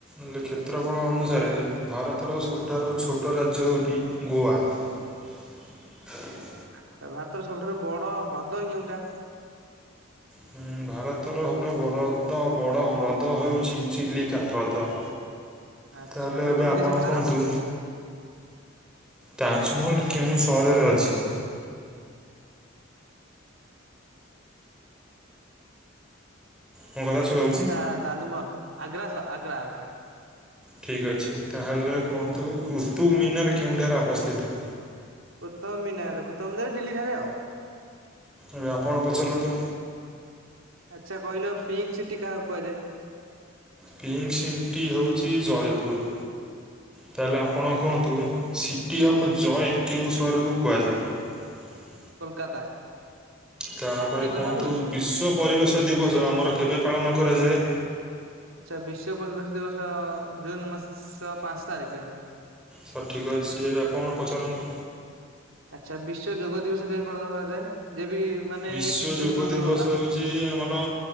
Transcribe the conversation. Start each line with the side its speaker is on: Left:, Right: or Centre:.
Centre: ଉଁ କ୍ଷେତ୍ରଫଳ ଅନୁସାରେ ଭାରତର ସବୁଠାରୁ ଛୋଟ ରାଜ୍ୟ ହେଉତି ଗୋଆ। ହ <unintelligible>
Right: ଆଟ୍ଟା, ଭାରତର ସବୁଠାରୁ ବଡ ହ୍ରଦ କେଉଁଟା?
Centre: ହୁଁ। ଭାରତର ହବୁଠାରୁ ବଡ଼ ଅଦ ବଡ଼ ହ୍ରଦ ହେଉଛି, ଚିଲିକା ହ୍ରଦ।
Right: ଆଛା,
Centre: ତାହେଲେ
Right: ଏବେ ତମେ
Centre: ଆପଣ
Right: କିଛି ପଚାର?
Centre: କୁହନ୍ତୁ ତାଜମହଲ କେଉଁ ସହରରେ ଅଛି? ମୋ କଥା ଶୁଭାଯାଉଛି
Right: ଆଚ୍ଛା, ତାଜମହଲ! ଆଗ୍ରା ସ ଆଗ୍ରା ଆଗ୍ରା।
Centre: ଠିକ୍ ଅଛି। ତାହେଲେ କୁହନ୍ତୁ କୁତୁବ୍ ମିନାର୍ କେଉଁଠାରେ ଅବସ୍ଥିତ?
Right: କୁତୁବ୍ ମିନାର୍! କୁତବ୍ ମିନାର୍ ଦିଲ୍ଲୀ ଠାରେ ଆଉ।
Centre: ଏବେ ଆପଣ ପଚାରନ୍ତୁ?
Right: ଆଚ୍ଛା କହିଲ, ପିଙ୍କ୍ ସିଟି କାହାକୁ କୁହାଯାଏ?
Centre: ପିଙ୍କ୍ ସିଂଟି ହେଉଛି, ଜୟପୁର। ତାହେଲେ, ଆପଣ କୁହନ୍ତୁ! ସିଟି ଅଫ୍ ଜୟ କେଉଁ ସହରକୁ କୁହାଯାଏ? ହ <unintelligible>
Right: କୋଲକାତା।
Centre: ତାପରେ
Right: ଠିକ୍ କହିଲି
Centre: କୁହନ୍ତୁ,
Right: ନା ଭୁଲ?
Centre: ବିଶ୍ୱ ପରିବେଶ ଦିବସ ଆମର କେବେ ପାଳନ କରାଯାଏ?
Right: ଆଚ୍ଛା ବିଶ୍ଵ ପରିବେଶ ଦିବସ ଜୁନ ମାସ ପାଞ୍ଚ ତାରିଖରେ।
Centre: ସଠିକ୍ ଅଛି। ଏବେ ଆପଣ ପଚାରନ୍ତୁ।
Right: ଆଚ୍ଛ। ବିଶ୍ୱ ଯୋଗ ଦିବସ କେବେ ପାଳନ କରାଯାଏ? ଯେ ବି ମାନେ
Centre: ବିଶ୍ଵ
Right: ଏଇ କିଛି
Centre: ଯୋଗ
Right: ଦିନ ପୂର୍ବରୁ
Centre: ଦିବସ
Right: ଗଲା
Centre: ହଉଛି ଆମର